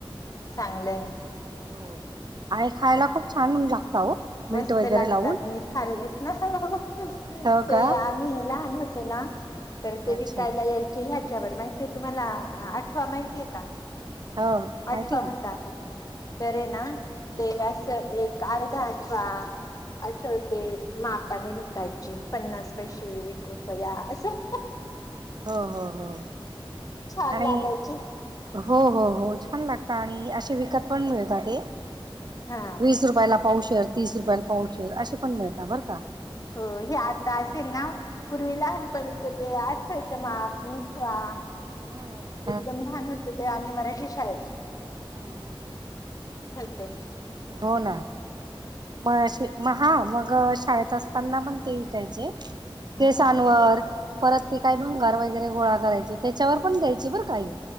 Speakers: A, on the left; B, on the right.
A: चांगलंय
B: हो आणि खायला खूप छान लागत हो मीठ
A: मस्त
B: वगैरे
A: लागतात
B: लावून
A: मी खाल्ले ना ते
B: हो का
A: आम्ही लहान हो ना तर ते
B: अच्छा
A: विकायला यायचे ह्या तच्यावर माहितीय तुम्हाला आठवा माहितीय का
B: हो माहिती
A: आठवा
B: ना.
A: होतार् तर
B: हो
A: ना तेरा एक अर्धा आठवा असछं होते माप ने विकायचे पन्नास पैसे एक रुपया असं
B: हो हो हो
A: छान
B: आणि
A: लागायचे
B: हो हो हो छान लागत आणि असे विकत पण मिळतात ते
A: हा
B: वीस रुपयाला पाऊश शेर तीस रुपयाल पा शेर असे पण मिळतात बरं का
A: हो हे आता असेल ना पूर्वी लहानपणीच ते आठ खायचं माप मठवा
B: हम्म
A: एकदम लान होतं ते आम्ही मराठी शाळेत
B: हम्म हम्म हम्म
A: ह
B: हो ना मग मग हा मग शाळेत असताना पण ते विकायचे केसांवर
A: हा.
B: परत ते काही भंगार वगैरे गोळा करायची त्याच्यावर पण द्यायची बरं काही